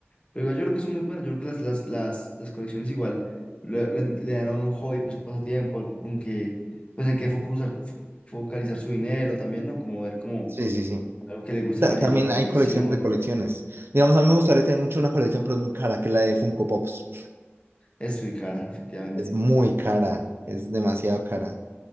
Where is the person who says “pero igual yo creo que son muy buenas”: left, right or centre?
Left